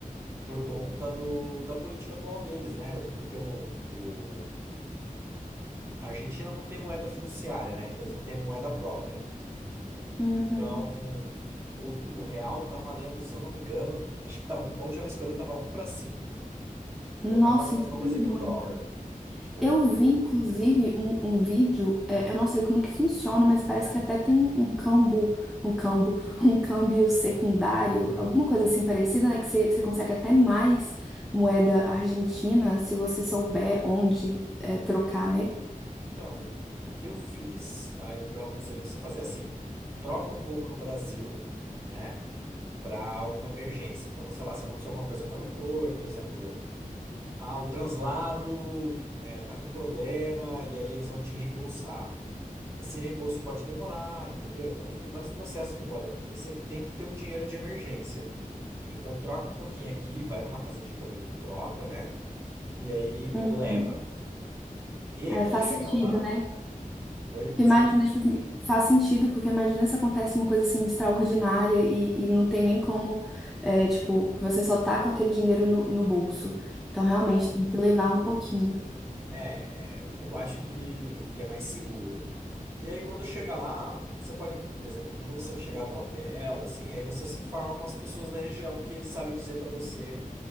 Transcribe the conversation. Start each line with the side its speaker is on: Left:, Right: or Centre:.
Right: por conta do, da política atual deles, né? Porque o, o- a Argentina não tem moeda fiduciária, né? Então eles não têm moeda própria.
Centre: Uhum.
Right: Então o, o real tá valendo, se eu não me engano, acho que tá um, a última vez que eu olhei tava um para cinco.
Centre: Nossa,
Right: Então tá quase a mesma
Centre: então tem
Right: coisa
Centre: muito.
Right: que o dólar. Tipo,
Centre: Eu vi, inclusive, um, um vídeo, é, eu não sei como que funciona, mas parece que até tem um um cambo, um cambo, <laughs> um câmbio secundário, alguma coisa assim parecida, né? Que você, você consegue até mais moeda argentina se você souber onde é, trocar, né?
Right: Então, o que eu fiz, tá? E o que eu aconselho você a fazer é assim: troca um pouco no Brasil, né? Para alguma emergência. Então, sei lá, se aconteceu alguma coisa no aeroporto, exemplo, ah, o translado é, tá com problema e aí eles vão te reembolsar. Esse reembolso pode demorar, entendeu? Então, tem vários processos que podem acontecer que tem que ter um dinheiro de emergência. Então, troca um pouquinho aqui, vai numa casa de câmbio aqui, troca, né? E aí
Centre: Uhum.
Right: leva. E aí,
Centre: É,
Right: quando
Centre: faz
Right: É, chega
Centre: sentido,
Right: lá.
Centre: né?
Right: Oi,
Centre: Porque
Right: desculpa.
Centre: imagina, tipo assim, faz sentido, porque imagina se acontece uma coisa assim extraordinária e, e não tem nem como, é, tipo, que você só tá com aquele dinheiro no, no bolso. Então, realmente, tem que levar um pouquinho.
Right: É, é, eu acho que, que é mais seguro. E aí, quando chega lá, você pode, por exemplo, quando você chegar num hotel, assim, aí você se informa com as pessoas da região que eles sabem dizer para você